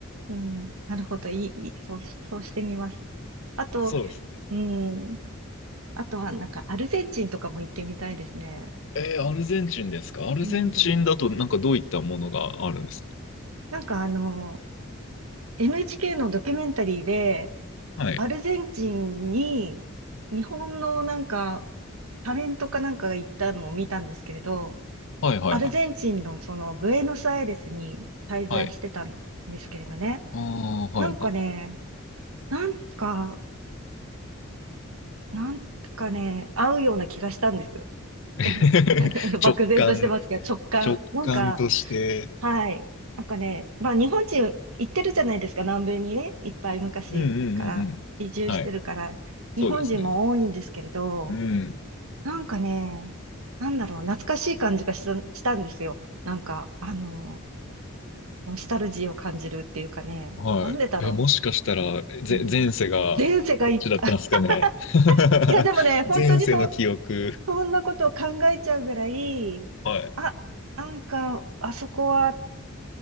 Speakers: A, on the right; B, on the left.
A: うんなるほど。いい、いい。そうし、そうしてみます。あと、
B: そうです。
A: うん。あとはなんかアルゼンチンとかも行ってみたいですね。
B: えーアルゼンチンですかアルゼンチンだとなんかどういったものがあるんですか
A: うん。なんかあの、NHK のドキュメンタリーで、
B: はい。
A: アルゼンチンに日本のなんかタレントかなんかが行ったのを見たんですけれど、
B: はいはいはい。
A: アルゼンチンのそのブエノスアイレスに滞在してたんですけれどね。
B: はい。ああ、はいはい。
A: なんかね、なんか、なんかね、合うような気がしたんです。
B: <laughs>
A: <laughs> 漠然としてますけど、
B: 直感、
A: 直感。
B: 直感として。
A: なんか、はい。なんかね、まあ日本人行ってるじゃないですか、南米にね、いっぱい昔から移住してるから、
B: うんうんうんうん。はい。
A: 日本人も多いんですけれど、
B: そうですね。うん。
A: なんかね、なんだろう、懐かしい感じがした、したんですよ。なんか、あの、ノスタルジーを感じるっていうかね、
B: はい。
A: なんでだろ
B: え、もしかしたら、ぜ、
A: う。うん。
B: 前世がこっちだったんですかね。
A: 前世がいった。<laughs>
B: <laughs>
A: いや、でもね、本当にそう、
B: 前世の記憶。
A: そんなことを考えちゃうぐらい、
B: はい。
A: あ、なんか、あそこは、